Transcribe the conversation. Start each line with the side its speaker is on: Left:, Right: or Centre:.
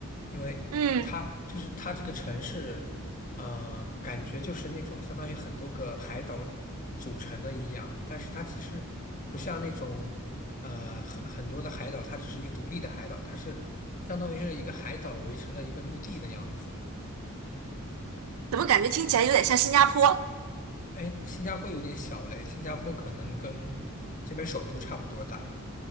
Left: 因为它就是它这个城市，
Right: 嗯，
Left: 呃，感觉就是那种相当于很多个海岛组成的一样，但是它其实不像那种，呃，很很多的海岛，它只是一个独立的海岛，它是相当于是一个海岛围成的一个陆地的样子。
Right: 怎么感觉听起来有点像新加坡？
Left: 哎，新加坡有点小嘞，新加坡可能跟这边首都差不多大。